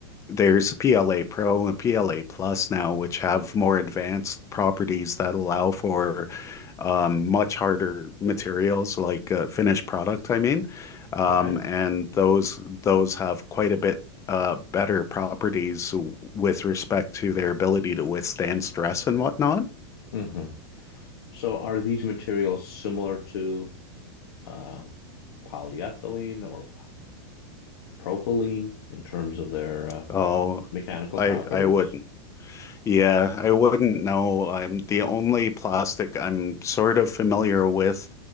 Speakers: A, on the left; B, on the left.
A: There's PLA Pro and PLA Plus now, which have more advanced properties that allow for um, much harder materials, like uh, finished product, I mean. Um,
B: Okay.
A: and those those have quite a bit uh, better properties with respect to their ability to withstand stress and whatnot.
B: hmm So are these materials similar to um polyethylene or polypropylene in terms of their uh,
A: Oh,
B: mechanical
A: I
B: properties?
A: I wouldn't. Yeah, I wouldn't know. Um, the only plastic I'm sort of familiar with,